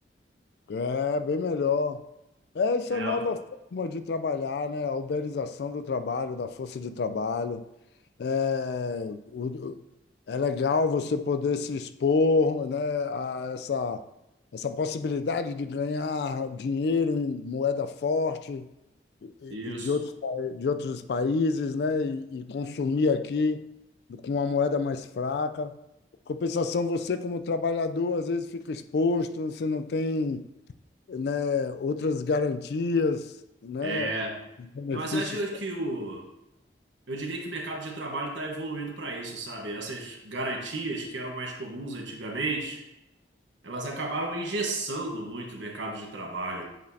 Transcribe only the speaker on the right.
É,
isso.
É.
É, Mas eu acho que o. Eu diria que o mercado de trabalho está evoluindo para isso, sabe? Essas garantias que eram mais comuns antigamente, elas acabaram engessando muito o mercado de trabalho.